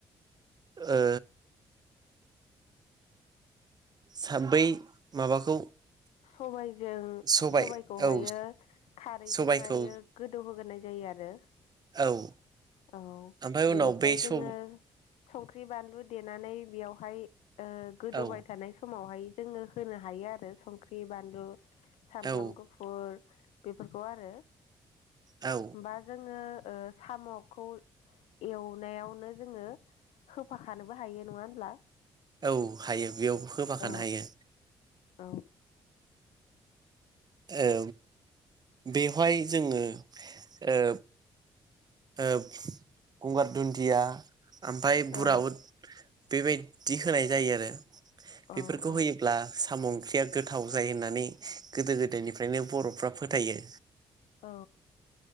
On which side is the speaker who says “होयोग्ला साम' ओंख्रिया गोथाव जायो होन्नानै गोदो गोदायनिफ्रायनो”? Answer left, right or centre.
Right